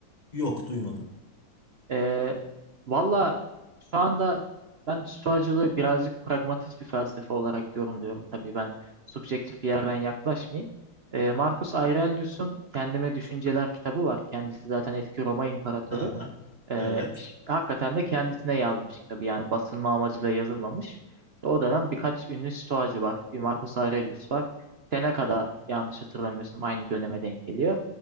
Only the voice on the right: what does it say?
Ee, valla şu anda ben Stoacılığı birazcık pragmatist bir felsefe olarak yorumluyorum. Tabii ben subjektif bir yerden yaklaşmayayım. Ee, Marcus Aurelius'un Kendime Düşünceler kitabı var. Kendisi zaten eski Roma imparatoru.
Ee,
ş- hakikaten de kendisine yazmış tabii yani basılma amacıyla yazılmamış. O dönem birkaç ünlü stoacı var. Bir Marcus Aurelius var. Seneca'da yanlış hatırlamıyorsun aynı döneme denk geliyor.